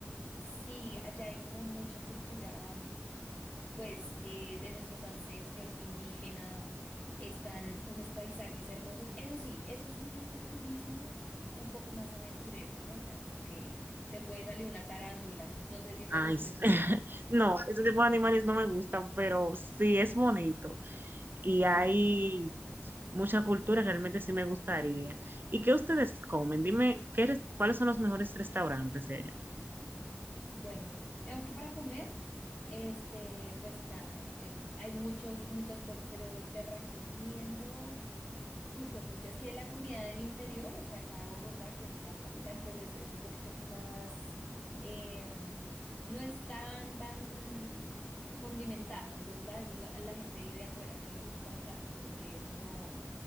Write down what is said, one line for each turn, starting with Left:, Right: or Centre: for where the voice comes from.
Left: Sí, allá hay como mucha cultura. mm, pues eh, de nuestros ancestros indígena, están unos paisajes hermosos. Eso sí, eso es un turismo un poco más aventurero, ¿no? O sea, como que te puede salir una tarántula, no sé si te
Right: Ay,
Left: guste.
Right: sí. <laughs> no, ese tipo de animales no me gustan, pero sí es bonito. y hay mucha cultura, realmente sí me gustaría. ¿Y qué ustedes comen? Dime, ¿qué res- ¿cuáles son los mejores restaurantes de allá?
Left: Bueno, digamos que para comer, este, pues nada, eh, hay muchos, muchas cosas, pero te recomiendo. Uy, juepucha, es que la comida del interior, o sea, acá de Bogotá, que es la capital, pues es, es un poquito más, em, no es tan, tan condimentada. Entonces, a veces la, la gente de afuera no le gusta tanto porque es como,